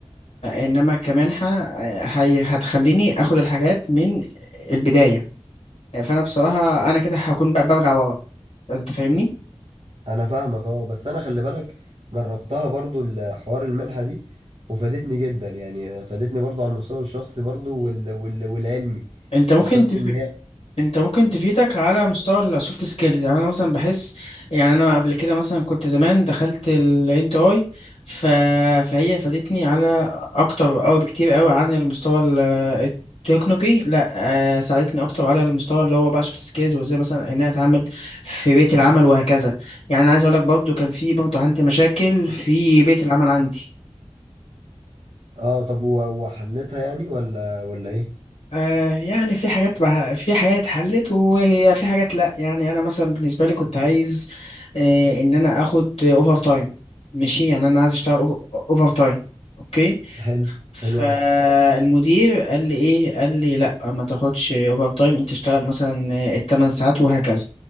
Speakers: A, on the left; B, on the right.
A: انما كمنحة آه، هي هتخليني اخد الحاجات من البداية آه، فانا بصراحة انا كده هكون بقى برجع ورا انت فاهمني؟
B: أنا فاهمك أه بس أنا خلي بالك جربتها برضو الحوار المنحة دي وفادتني جدا يعني آه، فادتني برضو على المستوى الشخصي برضو وال... وال... والعلمي
A: انت ممكن
B: الشخص
A: تف...
B: إن هي
A: انت ممكن تفيدك على مستوى السوفت سكيلز يعني انا مثلا بحس يعني انا قبل كده مثلا كنت زمان دخلت الانت اي ف... فهي فادتني على اكتر او بكتير قوي عن المستوى ال- التكنيكي لا آه، ساعدتني اكتر على المستوى اللي هو بقى سوفت سكيلز وازاي مثلا ان انا اتعامل في بيئة العمل وهكذا يعني انا عايز اقول لك برضو كان في برضو عندي مشاكل في بيئة العمل عندي
B: أه طب و- وحلتها يعني ولا ولا إيه؟
A: آه يعني في حاجات بح... في حاجات اتحلت وفي حاجات لا يعني انا مثلا بالنسبه لي كنت عايز آه ان انا اخد اوفر تايم ماشي يعني انا عايز اشتغل اوفر تايم اوكي
B: حلو
A: فالمدير
B: حلو أوي
A: قال لي ايه قال لي لا ما تاخدش اوفر تايم انت تشتغل مثلا الثمان ساعات وهكذا